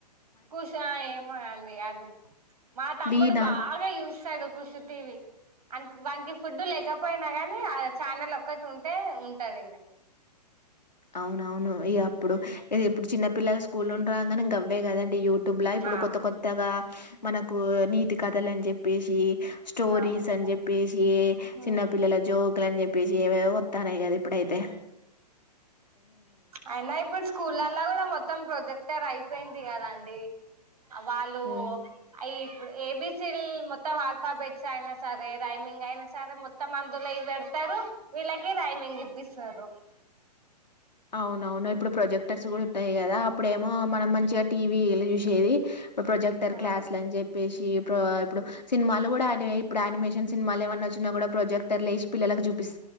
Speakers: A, on the right; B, on the left.
A: కుష్ ఆ ఏమో యాంది యాదు మా తమ్ముడు
B: 'లీనా'
A: బాగా యూజుస్తాడు ఖుషి టీవి అన్ వానికి ఫుడ్ లేకపోయినా గానీ ఆ ఛానల్ ఒక్కటి ఉంటే ఉంటాడు ఇంగా
B: అవునవును ఈయప్ ఇప్పుడు ఇది ఇప్పుడు చిన్న పిల్లలు సు కూల్ ఉండి రా అంగనే గవే కదండి యూట్ టుబ్లా ఇప్పుడు
A: ఆ
B: కొత్త కొత్తగా మనకో నీ తి కథలు అని చెప్పేసి స్టోరీస్
A: అవును
B: అని చెప్పేసి
A: ఉమ్
B: చిన్న పిల్లల జో క్లన్ అని చెప్పేసి ఏవేవో వత్తానయి కదా ఇపు ఇప్పుడేతే
A: అయినా ఇప్పుడు స్కూల్లా కూడా మొత్తం ప్రొజెక్టర్ అయిపోయింది ది కదా అండి అ వాళ్ళు
B: హ్మ్
A: అయి ఇప్పుడు ఏబిసీల్ మొత్తం ఆల్ఫాబెట్స్ అయినా సరే రైమింగ్ అయినా సరే మొత్తం అందులో ఇవి పెడతారు వీళ్ళకి రైమింగ్ ఇప్పిస్తారు
B: అవునవును ఇప్పుడు ప్రొజెక్టర్స్ కూడా ఉంటాయి కదా అప్ ఇప్పుడేమో మనం మంచిగా టీవ్ వి ఎల్ చూషేది ఓ ప్రొజెక్టర్
A: ఉమ్
B: క్లాస్లు అని చెప్పేసి ప్రో ఇప్పుడు సినిమాలు కూడా యానిమే ఇప్పుడు యానిమేషన్ సినిమాలు ఏమన్నా వచ్చినా కూడా ప్రొజెక్టర్ లేసి పిల్లలకు జూపు